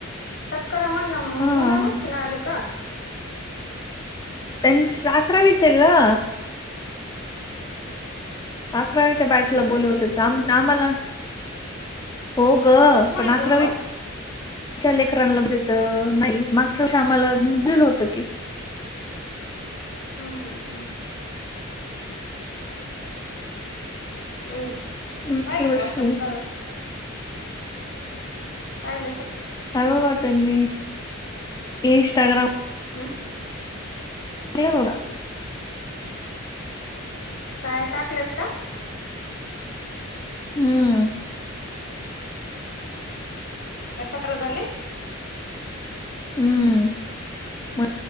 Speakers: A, on the left; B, on the left.
A: सत्कार म्हणला मुला
B: हा
A: नसते ना आले का.
B: त्यां अकरावीच आहेल का अकरावीच्या बायचला
A: घरचे
B: बोल होते तर आम आम्हाला, हो ग
A: नाही
B: पण
A: बोलवत
B: अकरावी च्या लेकरांलाेत नाही मागच्या आम्हाला निपलेलं होतं की,
A: हम्म हम हम् हम
B: मागच्या
A: पाहिले
B: वर्षी
A: का वासप कर. कायला स,
B: हर्व बातनी इनस्टाग्राम,
A: हम
B: उठले बघा
A: काय टाकलेत का.
B: हम्म
A: काय सतरा झाले.
B: हम्म म